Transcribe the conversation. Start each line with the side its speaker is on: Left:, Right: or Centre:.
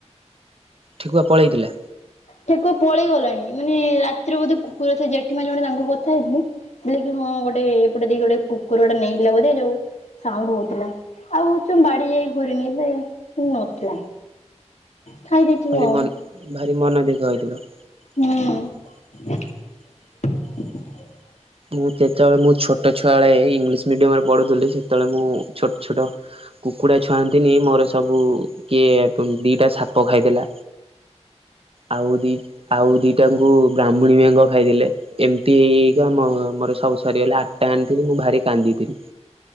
Right: ଠେକୁଆ ପଳେଇଥିଲା।
Left: ଠେକୁଆ ପଳେଇ ଗଲାଣି ମାନେ ରା। ତୀ ରେ ବୋଧେ କୁକୁର ସେ ଜେଠିମା ଜଣେ ତାଙ୍କୁ କଥା ହେଇଥିଲି ଥିଲେ କି ହଁ ଗୋଟେ ଏପଟେ ଦେଇକ ଗୋଟେ କୁକୁରଟା ନେଇଲା ବୋଧେ ଯୋଉ ସାଉଣ୍ଡ ହଉଥିଲା ଆଉ ଯୋଉ ବାଡି ଯାଇକ ଘୁରିନି ନଥିଲା। ଖାଇ ଦେଇଥିବ
Right: ଭାରି
Left: ଆଉ
Right: ମନ ଭାରି ମନ ଦୁଃଖ ହେଇଥିବ।
Left: ହଁ। <unintelligible>
Right: ମୁଁ ଯେତେବେଳେ ମୁଁ ଛୋଟ ଛୁଆବେଳେ ଇଂଲିଶ ମିଡିୟମ ରେ ପଢୁଥିଲି ସେତେବେଳେ ମୁଁ ଛୋଟ ଛୋଟ କୁକୁଡ଼ା ଛୁଆନ୍ତିନି ମୋର ସବୁ କିଏ ଦିଟା ସା। ପକାଇଦେଲା ଆଉ ରି ଆଉ ରି। ତାଙ୍କୁ ବ୍ରାହ୍ମୁନୀ ବେଙ୍ଗ ଖାଇଦେଲେ ଏମିତିଇ। ମୋର ସବୁ ସରିଗଲା ଆଠଟା ଆଣିଥିଲି ମୁଁ ଭାରି କାନ୍ଦିଥିଲି।